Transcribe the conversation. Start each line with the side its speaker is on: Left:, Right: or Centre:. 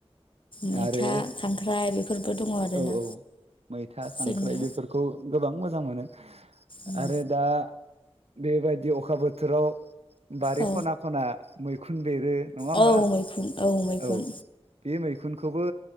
Left: मैथा
Right: आरो
Left: खांख्राइ बेफोरबो दङ आरोना
Right: औ औ मैथा खांख्राइ
Left: जोंनिया
Right: बेफोरखौ गोबां मोजां मोनो
Left: उम
Right: आरो दा बेबायदि अखा बोथोराव बारि
Left: औ
Right: खना खना मै देरो नङा होमबा
Left: औ मैखुन मैखुन
Right: औ बे मैखुनखौबो